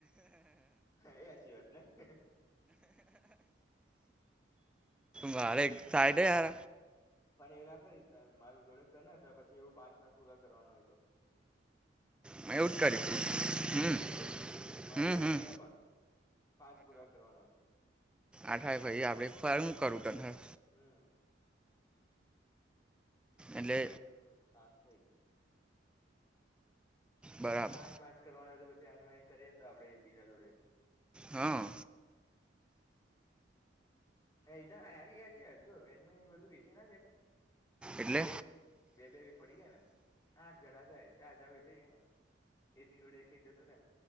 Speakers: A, on the left (about 20°); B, in the centre.
A: હા એ સાચી વાત નહ
B: વારે એક સાઈડ યાર
A: પણ એવી ના કરીશ મારું જોડે કર ના પછી એવું પાંચ પાખ પૂરા કરવાનું હોય તો
B: મેં એવું જ
A: હલો
B: કર્યું હમ
A: હલો મા
B: હમ
A: જોડે
B: હમ
A: કરના પણ પાંચ પુરા કરવાનો
B: આઠાઈ ભાઈ આપડે ફું કરું તને
A: હમ. ચેટલા
B: એટલે
A: છે જોસાત થઈ
B: બરાબર
A: પાંચ પાંચ કરવાનો હોય તો પછી આ મે કરીએ ને તો આપડે બીજા જોડે જ
B: હા.
A: હ એધ યાર ય છે જો એને બધું વેચે ના જાય પણ
B: એટલે
A: બે બે બે બેવી પડીએ ને આઠ જણા છે ચાર ચાર વચ ને એદની જોડી એકજ તુંને